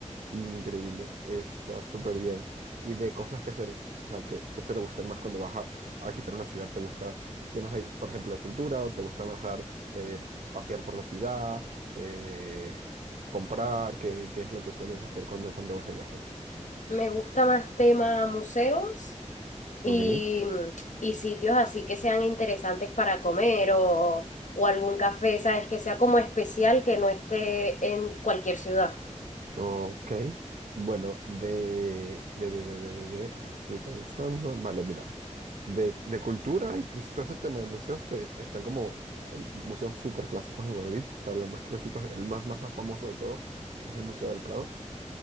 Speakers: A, on the right; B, on the left.
A: Increíble, está súper bien. Y de cosas que hacer, o sea, que te suele gustar más cuando vas a, a visitar una ciudad, ¿te gusta temas, de, por ejemplo, de cultura? ¿O te gusta más dar, eh, pasear por la ciudad, eh, comprar? ¿Qué, qué es lo que sueles hacer cuando, cuando vas de viaje?
B: Me gusta más tema museos y,
A: Ok,
B: y sitios así que sean interesantes para comer o, o algún café, ¿sabes? Que sea como especial que no esté en cualquier ciudad.
A: ok. Bueno, de, de, de, de, de, de, de- ah, estoy pensando. Vale, mira. de, de cultura y de todo este tema de museos te- están como hay museos súper clásicos en Madrid, o sea, los más clásicos, el más, más, más famoso de todo es el Museo del Prado,